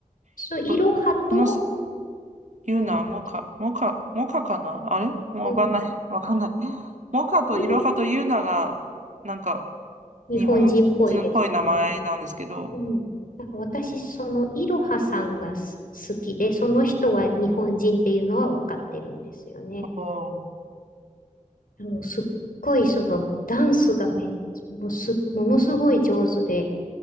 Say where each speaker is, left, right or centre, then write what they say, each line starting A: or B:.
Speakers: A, on the left (about 85°); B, on the right (about 60°).
A: そう、
B: っと、
A: いろはと、
B: このす、ユーナ、
A: 誰だっけ
B: モカ、モカ、モカかなあれもうわかんない、
A: うん、
B: <laughs> わかんない。モカといろはとユーナが、
A: いろ、
B: なんか、
A: 日本人っぽいですね。
B: 日本人っぽい名前なんですけど、
A: うん。なんか私、そのいろはさんがす好きで、その人は日本人っていうのは分かってるんですよね。
B: おー
A: あの、すっごいそのダンスがめ、もうす、ものすごい上手で、